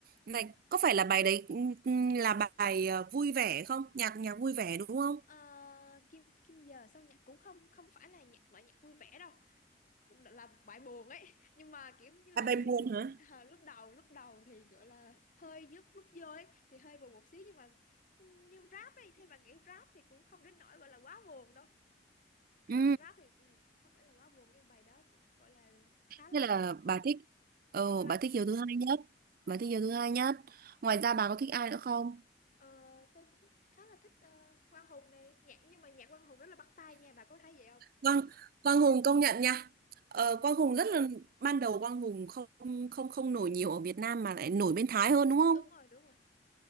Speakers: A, on the right; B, on the left.
A: Này, có phải là bài đấy ừ, ừ, là bài ờ, vui vẻ không? Nhạc nhạc vui vẻ đúng không?
B: Ờ, Kim Kim giờ sao nhạc cũng không không phải là nhạc loại nhạc vui vẻ đâu cũng là một bài buồn ấy nhưng mà kiểu như
A: À,
B: là
A: bài buồn hả?
B: à, lúc đầu lúc đầu thì gọi là hơi giúp lúc vô ấy thì hơi buồn một xíu nhưng mà nhưng rap ấy thì bạn nghĩ rap thì cũng không đến nỗi gọi là quá buồn đâu cái
A: Ừ,
B: đoạn rap thì ừ, không phải là quá buồn nhưng bài đó cũng gọi là khá là
A: thế là bà thích ờ
B: sâu lắng
A: bà thích Hiếu
B: ừ.
A: thứ hai nhất. Bà thích Hiếu thứ hai nhất. Ngoài ra bà có thích ai nữa không?
B: Ờ, tôi cũng khá là thích uh, Quang Hùng này nhạc nhưng mà nhạc Quang Hùng rất là bắt tai nha bà có thấy vậy không
A: Quang Quang Hùng công nhận nha. Ờ,
B: ừ.
A: Quang Hùng rất là ban đầu Quang Hùng không không không nổi nhiều ở Việt Nam mà lại nổi bên Thái hơn đúng không?
B: đúng rồi đúng rồi